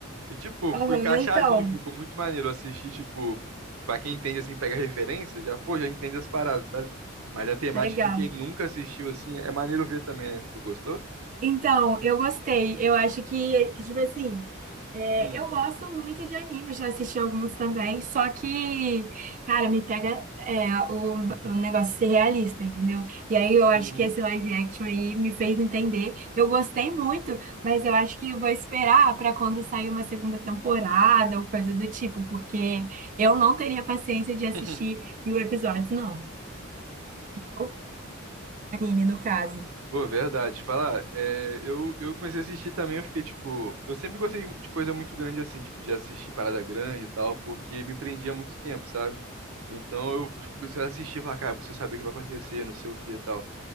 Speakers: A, on the right (about 90°); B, on the right (about 40°).
A: E, tipo,
B: Aham,
A: ficou encaixadinho,
B: então,
A: ficou muito maneiro assistir, tipo, pra quem entende, assim, pega referência, já, pô, já entende as paradas, sabe? Mas a temática
B: legal.
A: de quem nunca assistiu, assim, é maneiro ver também, né? Tu gostou?
B: Então, eu gostei. Eu acho que, que, tipo assim, é,
A: Hum.
B: eu gosto muito de anime, já assisti alguns também, só que, cara, me pega é, o, o negócio de ser realista, entendeu? E aí eu acho
A: Uhum.
B: que esse live action aí me fez entender. Eu gostei muito, mas eu acho que eu vou esperar para quando sair uma segunda temporada ou coisa do tipo, porque eu não teria paciência de
A: <laughs>
B: assistir mil episódios, não. Ou anime, no caso.
A: Pô, verdade. Falar, é, eu, eu comecei a assistir também, eu fiquei, tipo, eu sempre gostei de coisa muito grande, assim, tipo, de assistir parada grande e tal, porque me prendia muito tempo, sabe? Então eu comecei a assistir, e falar, cara, eu preciso saber o que vai acontecer, não sei o que e tal.